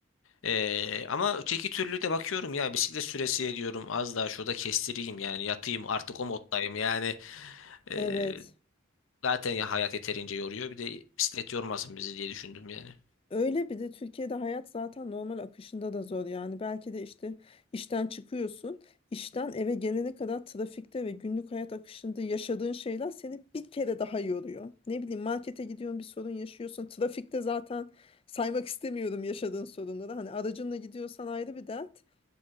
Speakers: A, on the left (about 80°); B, on the left (about 25°).
A: Ee, ama öteki türlü de bakıyorum ya bisiklet süresi diyorum az daha şurada kestireyim yani yatayım artık o moddayım yani Ee,
B: Evet.
A: zaten ya hayat yeterince yoruyor bir de bisiklet yormasın bizi diye düşündüm yani.
B: Öyle bir de Türkiye'de hayat zaten normal akışında da zor. Yani belki de işte işten çıkıyorsun, işten eve gelene kadar trafikte ve günlük hayat akışında yaşadığın şeyler seni bir kere daha yoruyor. Ne bileyim markete gidiyorsun bir sorun yaşıyorsun. Trafikte zaten saymak istemiyorum yaşadığın sorunları. Hani aracınla gidiyorsan ayrı bir dert,